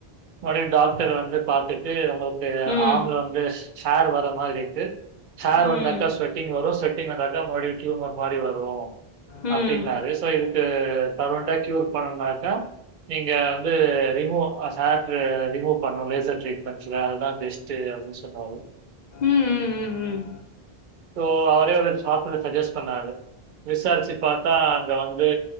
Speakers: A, on the right; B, on the left.
A: மற்படியு டாக்ட்ர் வந்து பாத்துட்டு உங்களுக்கு
B: ம்.
A: ஆங்குள் வந்து <unintelligible> <unintelligible> வர்ற மாதிரி க்கு <unintelligible>
B: ம்.
A: வந்தாக்கா ஸ்வெட்டிங் வரு ஸ்வெட்டிங் வந்தாக்கா மறுபடியு க்யூமர் மாறி வரு
B: ம். ம்.
A: அப்டின்னா
B: ம்.
A: ரேசா இதுக்கு தரொண்டா கியூர் பண்ணுனாக்கா நீங்க வந்து ரிமூவ் ஆ சேட்ரு ரிமூவ் பண்ணு லேசர் ட்ரீட்மென்ட்ல அதுதா பெஸ் டு அப்டின் சொன்னாரு
B: ம் ம் ம் ம்
A: சோ அவரே வந்துட்டு சார்ப்ல சஜஸ்ட் பண்ணாரு விசாரிச்சு பாத்தா இதுல வந்து